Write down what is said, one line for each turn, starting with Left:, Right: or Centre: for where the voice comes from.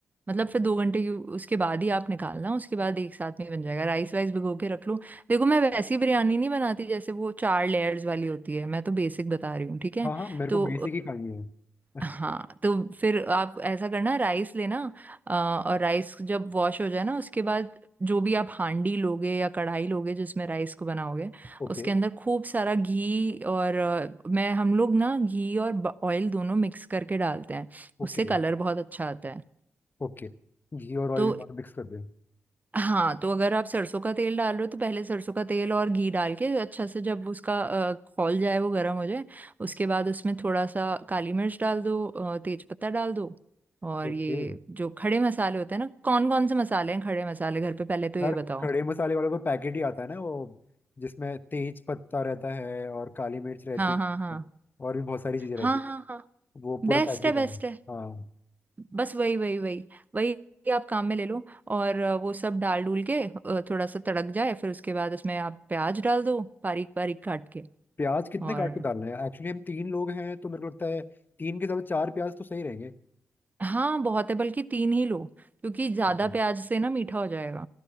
Right: मतलब फिर दो घंटे की उसके बाद ही आप निकालना उसके बाद एक साथ में ही बन जाएगा राइस वाइस भिगो के रख लो देखो मैं वैसी बिरयानी नहीं बनाती जैसे वो चार लेयर्स वाली होती है मैं तो बेसिक बता रही हूँ ठीक है
Left: हाँ हाँ मेरे
Right: तो
Left: को बेसिक ही खानी है
Right: हाँ
Left: <laughs>
Right: तो फिर आप ऐसा करना राइस लेना अ, और राइस जब वॉश हो जाए ना उसके बाद जो भी आप हांडी लोगे या कढ़ाई लोगे जिसमें राइस को बनाओगे
Left: ओके
Right: उसके अंदर खूब सारा घी और अ, मैं हम लोग ना घी और ऑयल दोनों मिक्स करके डालते हैं उससे
Left: ओके
Right: कलर बहुत अच्छा आता है
Left: ओके घी और ऑयल
Right: तो
Left: दोनों मिक्स कर दें
Right: हाँ तो अगर आप सरसों का तेल डाल रहे हो तो पहले सरसों का तेल और घी डाल के अच्छा से जब उसका अ, खौल जाए वो गर्म हो जाए उसके बाद उसमें थोड़ा सा काली मिर्च डाल दो अ, तेज पत्ता डाल दो और
Left: ओके
Right: ये जो खड़े मसाले होते हैं ना कौन कौन से मसाले हैं खड़े मसाले घर पे पहले तो ये
Left: यार
Right: बताओ
Left: खड़े मसाले वाला तो पैकेट ही आता है ना वो जिसमें तेज पत्ता रहता है और काली मिर्च रहती
Right: हाँ हाँ हाँ
Left: है और भी बहुत सारी चीजें रहती
Right: हाँ
Left: है
Right: हाँ हाँ
Left: वो पूरा
Right: बेस्ट
Left: पैकेट
Right: है बेस्ट
Left: आता है
Right: है
Left: हाँ
Right: बस वही वही वही वही आप काम में ले लो और अ, वो सब डाल डूल के अ, थोड़ा सा तड़क जाए फिर उसके बाद उसमें आप प्याज डाल दो बारीक बारीक काट के
Left: प्याज कितने
Right: और
Left: काट के डालने हैं एक्चुअली हम तीन लोग हैं तो मेरे को लगता है तीन के साथ चार प्याज तो सही रहेंगे
Right: हाँ बहुत है बल्कि तीन ही लो क्योंकि ज्यादा
Left: ओके
Right: प्याज से ना मीठा हो जाएगा